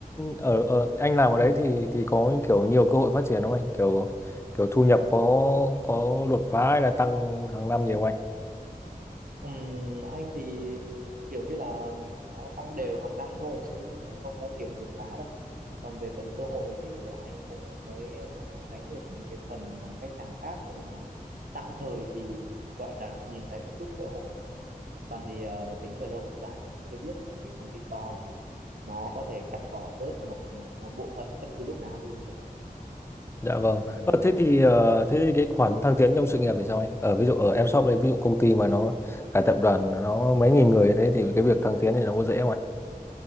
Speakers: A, on the left; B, on the right.
A: ở, ở anh làm ở đấy thì thì có kiểu nhiều cơ hội phát triển không anh? Kiểu kiểu thu nhập có có đột phá hay là tăng hàng năm gì không anh?
B: Ừm, anh thì kiểu như là nó tăng đều hàng năm thôi chứ cũng không có kiểu đột phá đâu. Còn về phần cơ hội thì anh cũng mới ờ, đánh được cái phần mà khách hàng khác nên là tạm thời thì gọi là nhìn thấy một chút cơ hội. Còn thì ờ, tính về lâu về dài thì chưa biết tại vì công ty to thì nó có thể cắt bỏ bớt một một bộ phận bất cứ lúc nào luôn được.
A: Dạ vâng.
B: Ừ,
A: Ờ,
B: nó
A: thế thì ờ, thế thì cái khoản thăng tiến trong sự nghiệp thì sao anh? Ở ví dụ ở em shop đấy ví dụ công ty mà nó là tập đoàn nó mấy nghìn người như thế thì cái việc thăng tiến thì nó có dễ không anh?